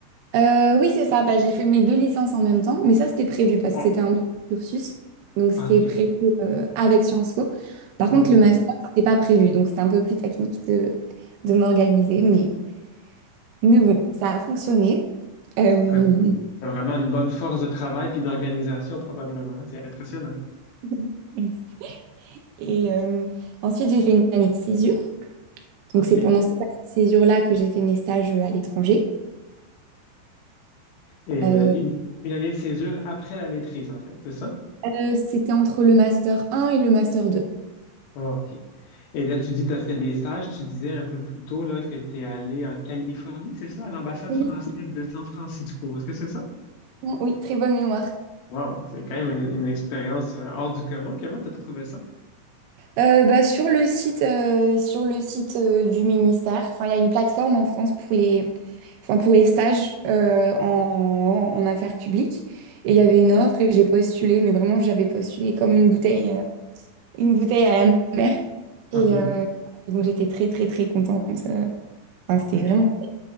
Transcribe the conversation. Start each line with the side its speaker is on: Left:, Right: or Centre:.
Right: Euh, oui, c'est ça. Bah, j'ai fait mes deux licences en même temps, mais ça, c'était prévu parce
Left: Wow.
Right: que c'était un double cursus. Donc, c'était
Left: Ok,
Right: prévu euh, avec Sciences Po. Par
Left: ok.
Right: contre, le master, c'était pas prévu. Donc, c'était un peu plus technique de, de m'organiser. Mais, mais bon, ça a fonctionné. Euh,
Left: Tu as vraiment une bonne force de travail puis d'organisation probablement. C'est impressionnant.
Right: <laughs> Et euh, ensuite, j'ai fait une année de césure.
Left: Ok.
Right: Donc, c'est
Left: Et
Right: pendant cette année de césure-là que j'ai fait mes stages à l'étranger.
Left: euh,
Right: Euh,
Left: une, une année de césure après la maîtrise, en fait, c'est ça?
Right: euh, c'était entre le master 1 et le master 2.
Left: Ah, OK. Et là, tu dis, tu as fait des stages. Tu disais un peu plus tôt là, que tu es allé en Californie, c'est ça, à l'ambassade
Right: Oui,
Left: française de San Francisco. Est-ce que c'est ça?
Right: oui, très bonne mémoire.
Left: Wow, c'est quand même une, une expérience euh, hors du commun. Comment tu as trouvé ça?
Right: Euh, bah, sur le site, euh, sur le site euh, du ministère, enfin, il y a une plateforme en France pour les, enfin, pour les stages euh, en, en affaires publiques.
Left: Mhm.
Right: Et il y avait une offre et j'ai postulé, mais vraiment, j'avais postulé comme une bouteille, euh, une bouteille à la mer.
Left: OK.
Right: Et euh, donc, j'étais très, très, très contente. Euh,
Left: Ah
Right: Enfin, c'était
Left: ben,
Right: vraiment.
Left: je,
Right: cool.